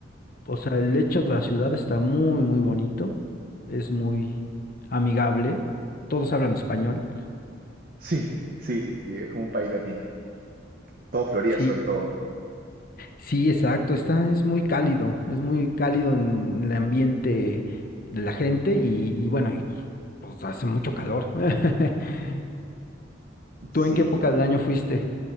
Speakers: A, on the left; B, on the right.
A: O sea, el hecho de la ciudad está muy, muy bonito. Es muy amigable. Todos hablan español.
B: Sí, sí, sí, sí, es como un país latino. Todo Florida
A: Sí,
B: sobre todo.
A: sí, exacto. Está, es muy cálido. Es muy cálido en el ambiente de la gente y, y bueno, y, pues hace mucho calor. <laughs> ¿Tú
B: Sí,
A: en qué época
B: la-
A: del año fuiste?